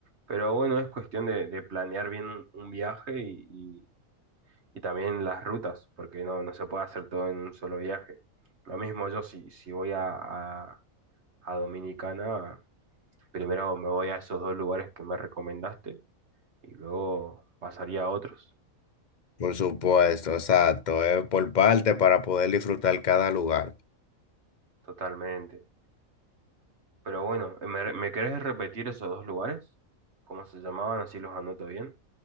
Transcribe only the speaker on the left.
Por supuesto, exacto. Es por parte para poder disfrutar cada lugar.